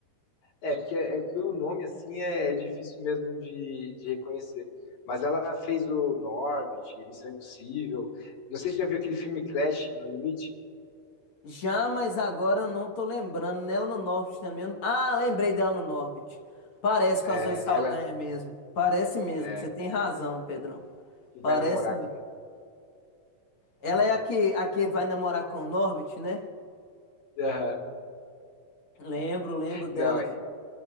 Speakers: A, on the left; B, on the left.
A: É, porque é, é, pelo nome, assim, é, é difícil mesmo de, de reconhecer. Mas ela fez o Norbit, Missão Impossível. Não sei se você já viu aquele filme Crash, No Limite.
B: Já, mas agora eu não tô lembrando. Nela no Norbit também. eu- Ah, lembrei dela no Norbit. Parece com
A: É,
B: a Zoe Saldanha
A: ela
B: mesmo. Parece mesmo.
A: é,
B: Você tem razão, Pedrão.
A: que
B: Parece
A: vai namorar
B: mesmo.
A: com...
B: Ela
A: é,
B: é a que, a que vai namorar com o Norbit, né?
A: Aham.
B: Lembro, lembro delas.
A: Não, e-